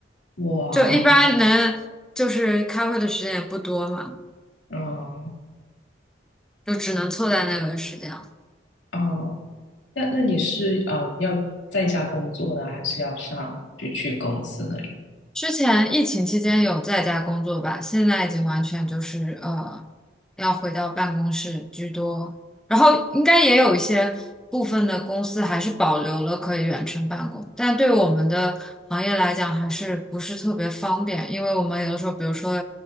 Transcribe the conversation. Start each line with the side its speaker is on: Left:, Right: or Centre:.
Left: 哇，
Centre: 就一般能就是开会的时间也不多嘛，
Left: 哦
Centre: 就只能凑在那个时间。了。
Left: 哦，那那你是嗯要在家工作呢，还是要上就去公司那里？
Centre: 之前疫情期间有在家工作吧，现在已经完全就是呃，要回到办公室居多。然后应该也有一些部分的公司还是保留了可以远程办公，但对我们的行业来讲还是不是特别方便，因为我们有的时候，比如说